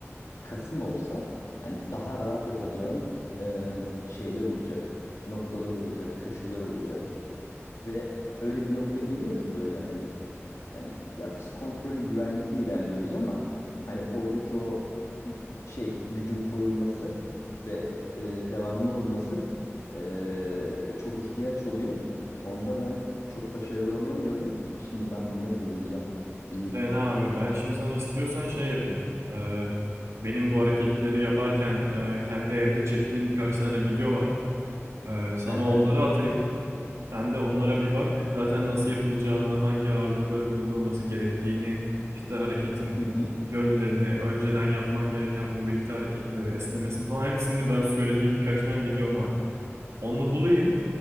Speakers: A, on the left; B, on the right.
A: kasım olsa hani daha rahat yapacağım e, şeyler olacak. Noktalar olacak, köşeler olacak ve öyle bir nokta geliyor ki böyle hani Hani ya biz kontrollü güvenlikli ilerliyoruz ama hani oradaki o şey gücün korunması ve e, devamlı olması e, çok ihtiyaç oluyor. Onda ben çok başarılı olamıyordum. Şimdi ben bunları deneyeceğim. İyi.
B: Dene abi. Ben şimdi sana istiyorsan şey yapayım. Ee, benim bu hareketleri yaparken e, kendi evde çektiğim birkaç tane video var. Ee, sana
A: Hı hı.
B: onları atayım. Sen de onlara bir bak. Zaten nasıl yapılacağını, hangi ağırlıkların kullanılması gerektiğini, işte hareketin
A: Hı hı.
B: yönlerini, önceden yapman gereken mobilite hareketleri, esnemesini falan hepsini ben söylediğim birkaç tane videom var. Onu bulayım.